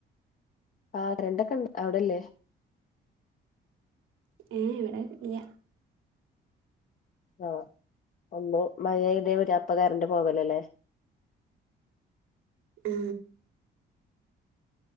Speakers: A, on the left; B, on the right.
A: ആ കരണ്ടൊക്കെണ്ട് അവിടല്ലേ
B: ഏ എ എവിടെ ഇല്ല
A: ആഹ ഒന്ന് മഴ പെയ്തമതി അപ്പോ കറണ്ട് പോകലോല്ലേ
B: ആ